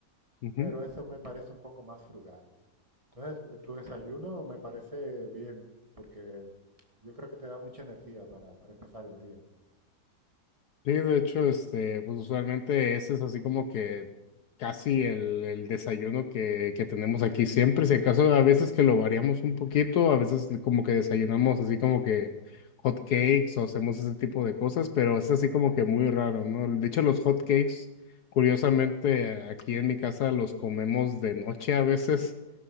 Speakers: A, on the left (about 65°); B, on the right (about 20°).
A: ujú,
B: pero eso me parece un poco más frugal. Entonces, eh, tu desayuno me parece bien, porque yo creo que te da mucha energía para, para empezar el día.
A: Sí, de hecho, este, pues usualmente ese es así como que casi el, el desayuno que, que tenemos aquí siempre. Si acaso a veces que lo variamos un poquito, a veces como que desayunamos así como que hot cakes o hacemos ese tipo de cosas, pero es así como que muy raro, ¿no? De hecho, los hot cakes, curiosamente, aquí en mi casa los comemos de noche a veces,